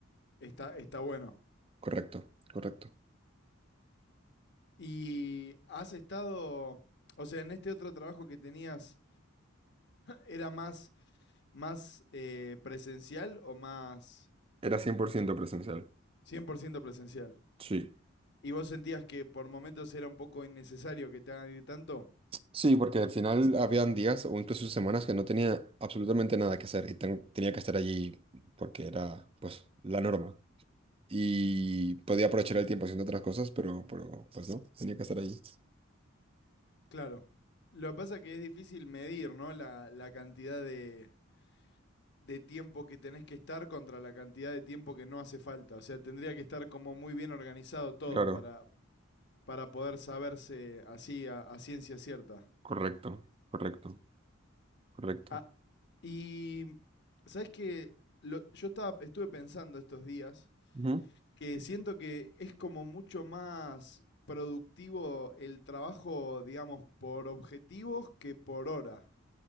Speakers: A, on the left (about 55°); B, on the right (about 25°).
A: está, está bueno.
B: Correcto, correcto.
A: Y has estado, o sea, en este otro trabajo que tenías, ¿era más, más eh, presencial o más
B: Era 100% presencial.
A: 100% presencial?
B: Sí.
A: ¿Y vos sentías que por momentos era un poco innecesario que te hagan ir tanto?
B: Sí, porque al final habían días o incluso semanas que no tenía absolutamente nada que hacer y ten- tenía que estar allí porque era, pues, la norma. Y podía aprovechar el tiempo haciendo otras cosas, pero, pero pues no, tenía que estar allí.
A: Claro. Lo que pasa es que es difícil medir, ¿no? La, la cantidad de, de tiempo que tenés que estar contra la cantidad de tiempo que no hace falta. O sea, tendría que estar como muy bien organizado todo
B: Claro,
A: para, para poder saberse así a, a ciencia cierta.
B: correcto, correcto, correcto.
A: ¿Ha- Y sabes que yo estaba, estuve pensando estos días
B: Ujú.
A: que siento que es como mucho más productivo el trabajo, digamos, por objetivos que por hora.